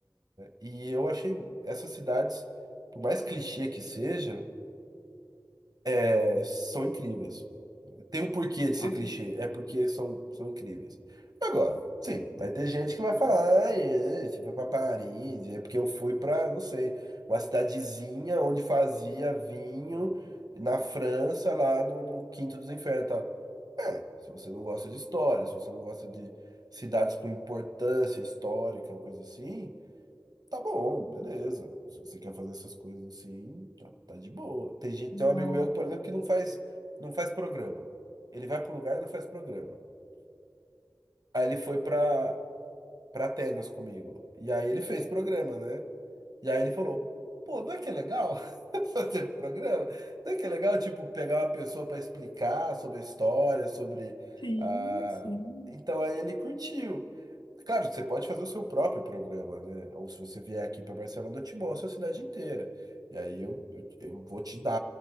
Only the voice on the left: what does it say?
Ah,
nossa.
Sim,
sim.